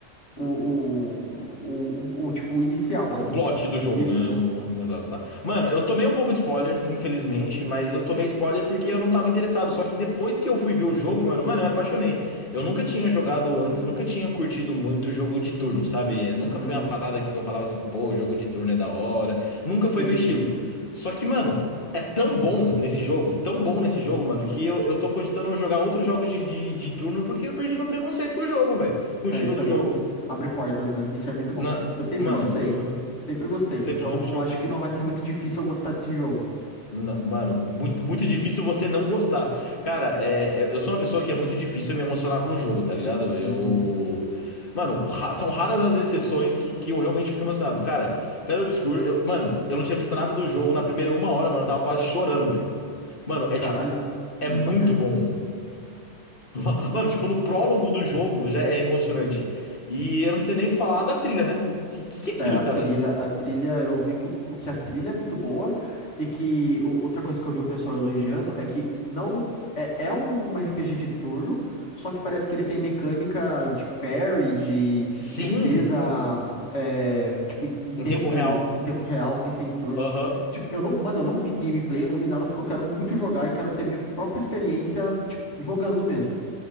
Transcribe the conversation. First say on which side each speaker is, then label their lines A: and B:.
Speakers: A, on the left; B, on the left.
A: O, o, o, o, o, tipo o inicial, assim.
B: O plot do jogo,
A: Isso.
B: né? O... Exato, tá. Mano, eu tomei um pouco de spoiler, infelizmente, mas eu tomei spoiler porque eu não tava interessado. Só que depois que eu fui ver o jogo, mano, mano, eu me apaixonei. Eu nunca tinha jogado antes, nunca tinha curtido muito jogo de turno, sabe? É, Nunca
A: Uhum.
B: foi uma parada que eu falava assim, pô, jogo de turno é da hora. Nunca foi
A: Sim,
B: meu estilo.
A: sim.
B: Só que, mano, é tão bom nesse jogo, tão bom nesse jogo, mano, que eu, eu tô cogitando jogar outros jogos de, de, de turno porque eu perdi meu preconceito com o jogo, velho. Com
A: É,
B: o estilo
A: isso
B: do
A: é bom.
B: jogo.
A: Abre portas, né? Isso é muito bom.
B: Na...
A: Eu sempre
B: Mano,
A: gostei.
B: sem dúvida.
A: Sempre gostei.
B: Sempre,
A: Então,
B: sempre
A: eu acho que não vai ser muito difícil eu gostar desse jogo.
B: Não, mano, muito, muito difícil você não gostar. Cara, é, é- eu sou uma pessoa que é muito difícil me emocionar com o jogo, tá ligado? Eu.
A: Uhum.
B: Mano, ra- são raras as exceções que, que eu realmente fico emocionado. Cara, Clair Obscur, eu, mano, eu não tinha visto nada do jogo na primeira uma hora, mano, eu tava quase chorando, velho. Mano, é
A: Caralho.
B: tipo.
A: Na,
B: É muito bom. <laughs> Mano, tipo, no prólogo do jogo já é emocionante. E eu não preciso nem falar da trilha, né? Que que, que é aquilo,
A: É, a
B: cara?
A: trilha, a trilha, eu vi que, o, o que a trilha é muito boa e que o- outra coisa que eu vi o pessoal elogiando é que não é, é um RPG de turno, só que parece que ele tem mecânicas de parry, de, de
B: Sim,
A: defesa, é, tipo, em, em tempo,
B: em tempo real.
A: em tempo real, sem ser em turno.
B: Aham.
A: Tipo, eu não, mano, eu não vi gameplay, eu não vi nada porque eu quero muito jogar e quero ter minha própria experiência, tipo, jogando mesmo.